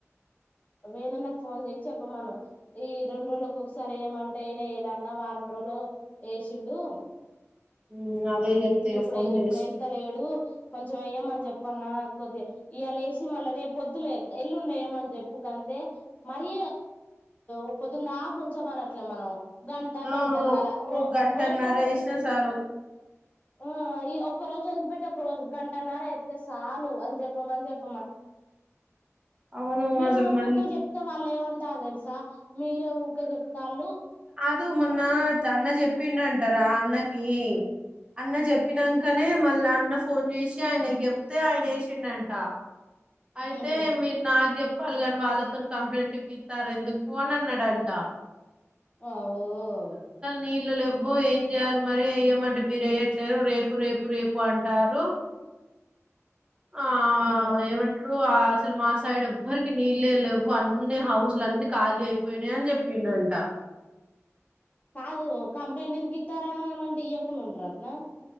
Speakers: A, on the left; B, on the right.
A: వేణన్నకి ఫోన్ చేసి చెప్పమను ఈ రెండు రోజులక్కొక్కసారెయ్యమంటే ఎయ్నే ఏయ్యాలే అన్న వారం రోజులు యేసిండు
B: హ్మ్ అదే చెప్తా
A: ఇ
B: ఇగ
A: ఇప్పుడు
B: ఫోన్
A: ఇప్పుడేత్తలేడు
B: చేసి
A: కొంచెం ఎయ్యమ చెప్పన్నా కొద్ది ఇయాళేసి మళ్ళా రేపొద్దులే ఎల్లుండెయ్యమని చెప్ ఉప్పు కంతే మరి ఒప్పతుందా ఆ కొంచమనట్లే మనం గంట
B: ఆ
A: గంటన్నర రో
B: ఓ గంటన్నర
A: రోజుకొక్క
B: ఏసినా చాలు
A: ఈ ఈ ఒక్కరోజొదిలిపెట్టి కరోజు గంటన్నర ఎత్తే సాలు అన్ చెప్పమని చెప్
B: అవును
A: మేము
B: అసలు మన్
A: ఊకే చెప్తే వాళ్ళు ఏమంటరు తెలుసా మీరుే ఊకే చెప్తళ్ళు
B: దు మొన్న అన్న చెప్పిండ అంటారా అన్నకి అన్న చెప్పినాకనే మళ్ళీ అన్న ఫోన్ చేసి ఆయనకి చెప్తే ఆయన వేసిండంట అయితే
A: ఉహు
B: మీరు నా కానీ వాళ్ళతో కంప్లైంట్ ఇప్పితల్లు ఎందుకు దంట
A: వావ్వో
B: నీళ్ళు లెవ్వు ఏం చేయాలి మరి వెయమంటే మీరు వేయ్యట్లేరు రేపు రేపు రేపు అంటారు ఆ
A: ఉమ్
B: ఏవంటారు అసలు మా సైడ్ ఎవ్వరికి నీళ్ళే లేవు అన్ని హౌజలు అన్ని ఖాళీ అయిపో పోయినాయ్ అని చెప్పిన్నంటా
A: కాదు కంప్లైంట్ ఎందుకు ఇస్తారనా అనింటే ఇయ్యకుండా ఉంటారు అటనా